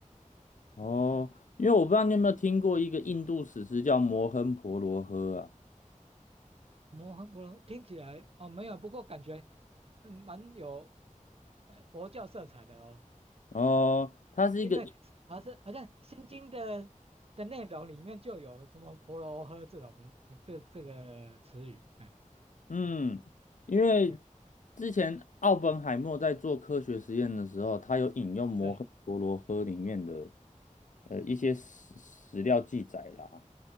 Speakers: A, on the left; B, on the right.
A: 哦，因为我不知道你有没有听过一个印度史诗叫《摩亨婆罗河》啊。
B: 摩诃婆罗听起来哦没有，不过感觉嗯蛮有呃佛教色彩的哦，
A: 哦，它是一个。
B: 因为好像好像《心经》的的内容里面就有什么婆罗诃这种名这这个词语，哎
A: 嗯，因为
B: 嗯，
A: 之前奥本海默在做科学实验的时候，他有引用摩诃婆罗诃里面的
B: 对，
A: 呃一些史史料记载啦，